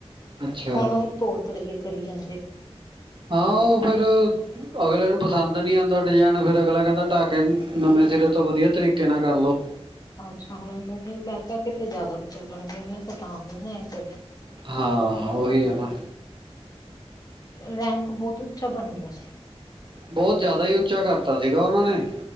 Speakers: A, on the right; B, on the left.
A: ਅੱਛਾ
B: ਹੁਣ ਉਹ ਤੋੜ ਤੁੜੀਏ ਕਰੀ ਜਾਂਦੇ।
A: ਆਹ ਉਹ ਫੇਰ ਅਗਲੇ ਨੂੰ ਪਸੰਦ ਨਹੀਂ ਆਉਂਦਾ ਡਿਜ਼ਾਇਨ ਫਿਰ ਅਗਲਾ ਕਹਿੰਦਾ ਢਾਹਕੇ ਨਵੇਂ ਸਿਰੇ ਤੋਂ ਵਧੀਆ ਤਰੀਕੇ ਨਾਲ ਕਰਲੋ।
B: ਅੱਛਾ ਹੁਣ ਮੈਂ ਕਿਹਾ ਕਿਤੇ ਜ਼ਿਆਦਾ ਉੱਚਾ ਬਣ ਗਿਆ ਉਹ ਤੇ ਤਾਂ ਉਹ ਨੇ ਕਰਿਆ।
A: ਹਾਂ ਉਹੀ ਹੈ ਨਾ।
B: ਰੈਂਪ ਬਹੁਤ ਉੱਚਾ ਬਣ ਗਿਆ ਸੀ।
A: ਬਹੁਤ ਜ਼ਿਆਦਾ ਹੀ ਉੱਚਾ ਕਰਤਾ ਸੀਗਾ, ਉਹਨਾਂ ਨੇ